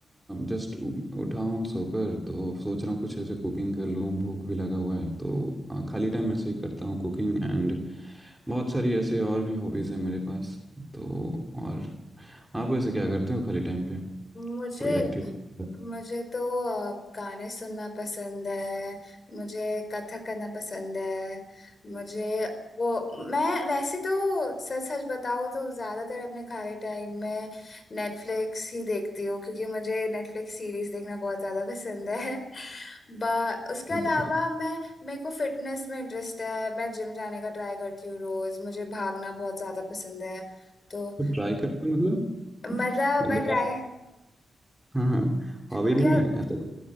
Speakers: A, in the centre; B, on the left.
A: जस्ट उठा हूँ सोकर तो सोच रहा हूँ कुछ ऐसे कुकिंग कर लूँ भूख भी लगा हुआ है तो अ, खाली टाइम ऐसे ही करता हूँ कुकिंग एंड बहुत सारी ऐसे और भी हॉबीज़ हैं मेरे पास तो और आप वैसे क्या करते हो खाली टाइम पे
B: मुझे
A: कोई एक्टिविटी
B: मुझे तो अ, गाने सुनना पसंद है मुझे कथक करना पसंद है मुझे वो मैं वैसे तो सच सच बताऊँ तो ज़्यादातर अपने खाली टाइम में नेटफ्लिक्स ही देखती हूँ क्योंकि मुझे नेटफ्लिक्स सीरीज देखना बहुत ज़्यादा पसंद है <laughs> बा उसके
A: अच्छा
B: अलावा मैं मेरे को फिटनेस में इंटरेस्ट है मैं जिम जाने का ट्राई करती हूँ रोज़ मुझे भागना बहुत ज़्यादा पसंद है तो
A: तो ट्राई करते हो मतलब
B: मतलब
A: <laughs> मतलब
B: मैं ट्राई
A: आप- हाँ हाँ हॉबी
B: मतलब
A: नहीं है ऐसा कुछ